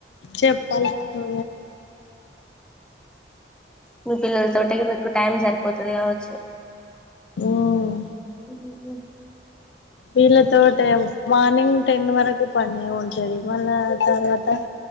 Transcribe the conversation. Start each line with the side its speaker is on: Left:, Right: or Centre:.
Left: చెప్పాలి నాకు
Centre: మీ పిల్లల తోటి మీకు టైం సరిపోతది కావచ్చు
Left: మ్మ్
Centre: ఉమ్
Left: వీళ్ళతోటే మార్నింగ్ టెన్ వరకు పని ఉంటది మళ్ళా తర్వాత